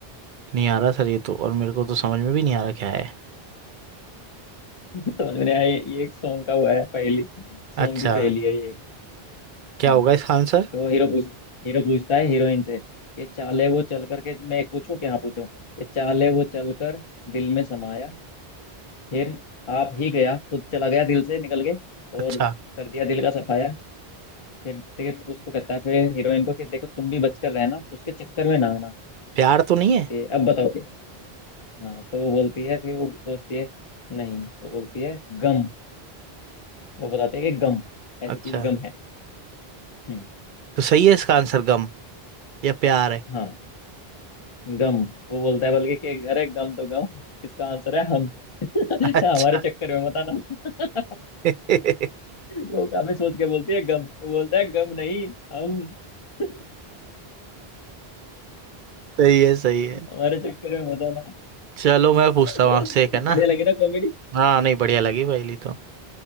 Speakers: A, on the right; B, on the left.
A: नहीं आ रहा सर ये तो और मेरे को तो समझ में भी नहीं आ रहा क्या है
B: <laughs> समझ में नहीं आया ये ये एक सॉन्ग का हुआ है पहली सॉन्ग
A: अच्छा
B: की पहली है ये एक
A: क्या
B: हम्म
A: होगा इसका आंसर
B: तो वो हीरो पूछ हीरो पूछता है हीरोइन से कि चाले वो चल करके मैं एक पूछूं क्या हाँ पूछो कि चाले वो चल कर दिल में समाया फिर आप ही गया खुद चला गया दिल से निकल के
A: अच्छा
B: और कर दिया दिल का सफाया फिर देखिए उसको कहता है फिर हीरोइन को कि देखो तुम भी बचकर रहना उसके चक्कर में ना आना
A: प्यार तो नहीं है
B: कि अब बताओ हाँ तो वो बोलती है फिर वो सोचती है नहीं वो बोलती है गम वो बताती है कि गम ऐसी
A: अच्छा
B: चीज गम है हम्म
A: तो सही है इसका आंसर गम या प्यार है
B: हाँ गम वो बोलता है बल्कि कि अरे गम तो गम इसका आंसर है हम <laughs>
A: अच्छा
B: हमारे चक्कर में मत आना <laughs>
A: <laughs>
B: वो काफी सोच के बोलती है गम वो बोलता है गम नहीं हम <laughs>
A: सही है सही है
B: हमारे चक्कर में मत आना
A: चलो मैं पूछता
B: <laughs>
A: हूँ आपसे एक है ना
B: बढ़िया लगी ना कॉमेडी
A: हाँ नहीं बढ़िया
B: हम्म
A: लगी पहली तो